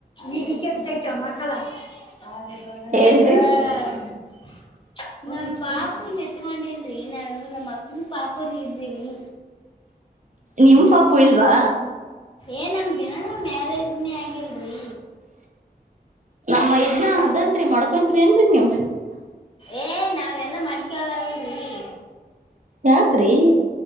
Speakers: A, on the left (about 30°); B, on the right (about 50°).
A: ಈಗ ಕೆಲ್ಸ ಆಯ್ತೋ ಮಕ್ಕಳಾ ಹಾದಿ ಕಣ್ಣು
B: ಹೇಳ್ರಿ
A: <unintelligible> ನಮ್ ಪಾಪುನ ಎತ್ಕೊಂಡೆನ್ರಿ ನಾನು ನಮ್ಮ ಅಕ್ಕನ ಪಾಪುರಿ ಇದರಿ.
B: ನಿಮ್ಮ ಪಾಪು ಇಲ್ವಾ.
A: ಏ ನಮದಿನ ಮ್ಯಾರೇಜ್ನೇ ಆಗಿಲ್ರಿ.
B: ನಮ್ಮ್ ಮೈದ್ನ ಅದನ್ರಿ ಮಡ್ಕೊಂತರಿ ಏನ್ರರಿ ನೀವು.
A: ಏ ನಾವೆಲ್ಲಾ ಮಡಕಳಲರಿ.
B: ಯಾಕ್ರಿ?.